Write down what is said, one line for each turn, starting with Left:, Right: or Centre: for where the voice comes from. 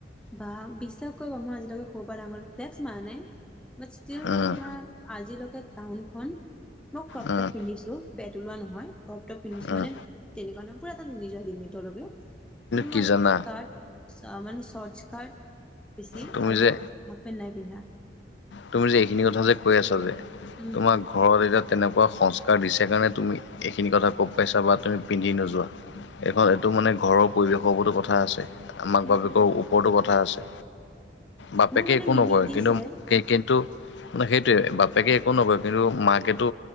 Centre: বা বিশ্বাস কৰিবা মই আজিলৈকে সৰু পা ডাঙৰলে ফ্লেক্স মাৰা নাই বাট ষ্টীল মই
Left: উম
Centre: তোমাৰ আজিলৈকে টাউনখন, মই ক্ৰপটপ
Left: উম
Centre: পিন্ধিছোঁ পেট ওলোৱা নহয়। ক্ৰপটপ পিন্ধিছো
Left: উম
Centre: মানে তেনেকুৱা নহয়, পুৰা এটা নিজৰ লিমিটৰ লৈকে। কিন্তু
Left: কি
Centre: মই <unintelligible>
Left: জানা
Centre: কাৰ্ট চ মানে চৰটছকাৰ্ট বেছি
Left: তুমি
Centre: আৰু
Left: যে
Centre: হাফ পেণ্ট নাই পিন্ধা।
Left: তুমি যে এইখিনি কথা যে কৈ আছা যে,
Centre: উম
Left: তোমাক ঘৰত এতিয়া তেনেকুৱা সংস্কাৰ দিছে কাৰণে তুমি এইখিনি কথা ক'ব পাৰিছা বা তুমি পিন্ধি নোযোৱা। এইখন এইটো মানে ঘৰৰ পৰিৱেশৰ ওপৰতো কথা আছে। মাক-বাপেকৰ
Centre: সেইটোৱে
Left: ওপৰতো কথা আছে। বাপেকে
Centre: মোক মানে
Left: একো
Centre: লিমিট
Left: নকয়,
Centre: দিছে
Left: কিন্তু কে কিন্তু মানে সেইটোৱে বাপেকে একো নকয় কিন্তু মাকেতো